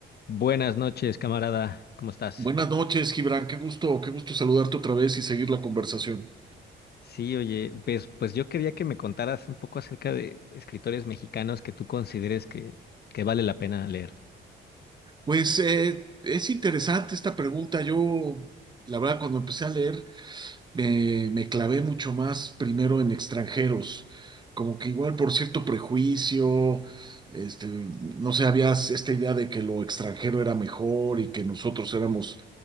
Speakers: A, on the left; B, on the right.
A: Buenas noches, camarada. ¿Cómo estás?
B: Buenas noches, Gibran. Qué gusto, qué gusto saludarte otra vez y seguir la conversación.
A: Sí, oye, pues, pues yo quería que me contaras un poco acerca de escritores mexicanos que tú consideres que, que vale la pena leer.
B: Pues eh, es interesante esta pregunta. Yo, la verdad, cuando empecé a leer me, me clavé mucho más primero en extranjeros, como que igual por cierto prejuicio, este, no sé, había esta idea de que lo extranjero era mejor y que nosotros éramos